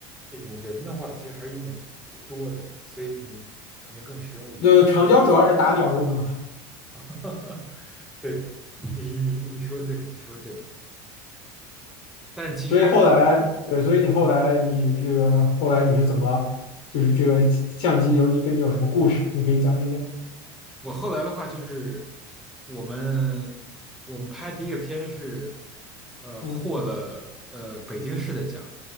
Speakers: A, in the centre; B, on the left.
A: 这种人的话，其实还是用的多的，所以你可能更实用一点。
B: 对，长焦主要是打鸟用的嘛，
A: <laughs> 对，你你你说对，你说对。但其实，
B: 所以后来，对，
A: 嗯，
B: 所以你后来你这个后来你是怎么，就是这个相机有你跟你有什么故事，你可以讲一讲。
A: 我后来的话就是我们我们拍第一个片是，呃，
B: 嗯，
A: 获了呃北京市的奖，